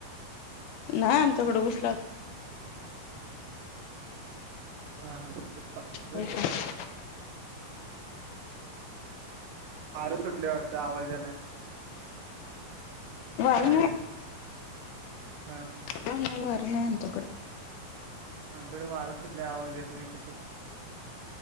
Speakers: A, on the left; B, on the right.
A: नाही आमच्याकडें उसला
B: हा हा होय.
A: हो का
B: फार सुटले वाटतं आवाजाला
A: वण
B: वाऱ्याचा हा
A: ह ना वर नाही आमच्याकडं
B: हा बेड वारं सुटल्या आवाज येत नाही कशाचा